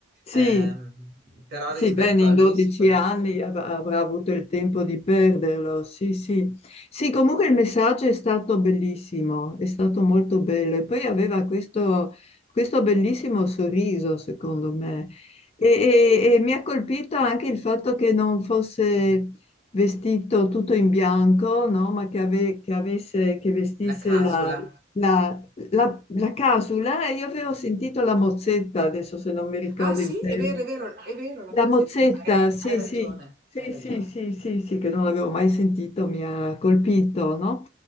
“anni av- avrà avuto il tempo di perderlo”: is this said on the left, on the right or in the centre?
Left